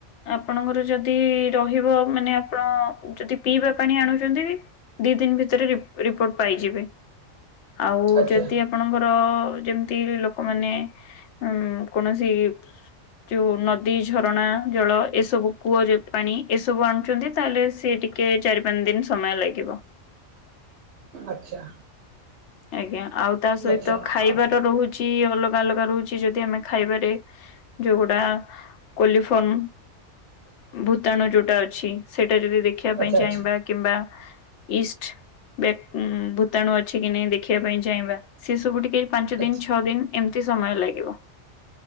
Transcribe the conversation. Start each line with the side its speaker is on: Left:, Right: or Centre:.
Left: ଆପଣଙ୍କର ଯଦି ରହିବ ମାନେ ଆପଣ ଯଦି ପିଇବା ପାଣି ଆଣୁଚନ୍ତି ଦି ଦିନ ଭିତରେ ରିପ୍ ରିପୋର୍ଟ ପାଇଯିବେ। ଆଉ
Right: ଆଚ୍ଛା
Left: ଯଦି ଆପ ଣଙ୍କର ଯେମିତି ଲୋକମାନେ ଉ କୌଣସି ଯୋଉ ନଦୀ ଝରଣା ଜଳ ଏସବୁ କୂଅ ଯେ ପାଣି ଏସବୁ ଆଣୁଚନ୍ତି ତାହେଲେ ସିଏ ଟିକେ ଚାରି ପାଞ୍ଚ ଦିନ ସମୟ ଲାଗିବ।
Right: ଆଚ୍ଛା।
Left: ଆଜ୍ଞା ଆଉ ତା ସହିତ
Right: ଆଚ୍ଛା
Left: ଖାଇବାର
Right: ଆ
Left: ରହୁଚି ଅଲଗା ଅଲଗା ରହୁଚି ଯଦି ଆମେ ଖାଇବାରେ ଯଉଗୁଡ଼ା କୋଲିଫନ୍ ଭୂତାଣୁ ଯୋଉଟା ଅଛି ସେଇଟା ଯଦି ଦେଖ ଦେଖିବା
Right: ଆଚ୍ଛା
Left: ପାଇଁ ଚାହିଁବା
Right: ଆଚ୍ଛା
Left: କିମ୍ବା ଇଷ୍ଟ ବ୍ୟାକ୍ ଉଁ ଭୂତାଣୁ ଅଛି କିି ନାଇ ଦେଖିବା ପାଇଁ ଚାହିଁବା ସେସବୁ ଟିକେ ପାଞ୍ଚ
Right: ଆଚ୍ଛା।
Left: ଦିନ ଛଅ ଦିନ ଏମିତି ସମୟ ଲାଗିବ।